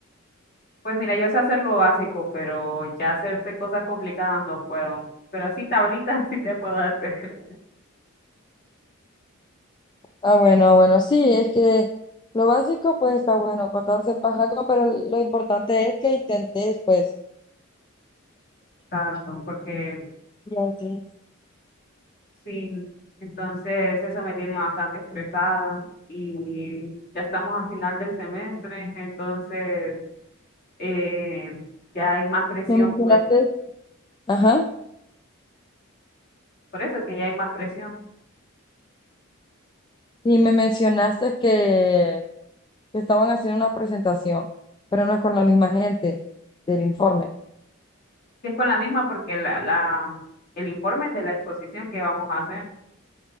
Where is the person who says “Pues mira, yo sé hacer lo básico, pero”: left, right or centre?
Left